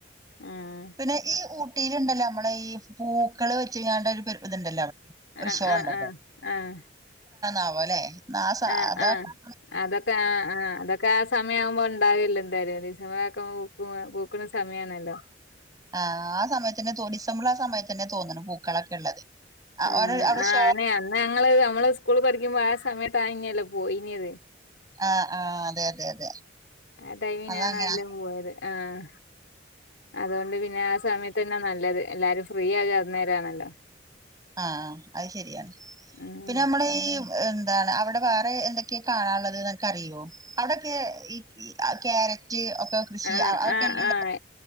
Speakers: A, on the left; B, on the right.
A: ആഹ്
B: പിന്നെ ഈ ഊട്ടിയിലുണ്ടല്ലോ നമ്മള ഈ പൂക്കള് ങ്ങാണ്ട ഒരു ഇത്ണ്ടല്ലോ അവിടെ
A: ആഹ്
B: ഒരു ഷോ
A: ആഹ്
B: ഉണ്ടല്ലോഴ
A: ആഹ് ആഹ്
B: ാവോ അല്ലെ ന
A: ആഹ്
B: അത
A: ആഹ്
B: <inaudible>
A: ആഹ് അതൊക്കെ ആ ആ അതൊക്കെ ആ സമയം ആവുമ്പോ ഉണ്ടാവില്ല എന്തായാലും ക്കക്ക പൂക്കണ സമയണല്ലോ
B: ആഹ ആ സമയത്തിന്നെ തൊടിസമ്പൾ ആ സമയത്ത് അങ്ങനെ പൂക്കളൊക്കെ ഉള്ളത്
A: ഉം
B: ഓരോ അവിടെ
A: ആ
B: ഷോ
A: ആന അന്ന് ഞങ്ങള് നമ്മള് സ്കൂള് പഠിക്കുമ്പോ ആ സമയത്ത്ാ ല്ല പോയിനിയത്
B: ആഹ് ആഹ് അതെ അതെ അതെ
A: ആഹ് ടൈമിനാന്നാ
B: അതങ്ങനെ
A: എല്ലും പോയത് ആഹ് അതോണ്ട് പിന്നെ ആഹ് സമയത്തന്നെ നല്ലത് എല്ലാരും ഫ്രീയാകാ അന്നേരാണല്ലോ
B: ആഹ് അഹ് ശരിയാണ്
A: ഉം
B: പിന്നെ നമ്മളീ ഏഹ് താണ് അവിടെ വേറെ എന്തെക്കേ കാണാള്ളത് അന്ക്കറിയോ അവിടൊക്കേ ഈ കീ ആഹ് ക്യാരറ്റ് ഒ ക്ക കൃഷി
A: ആഹ്
B: അവ അവക്കല്ലെല്ലോ
A: ആഹ് ആഹ്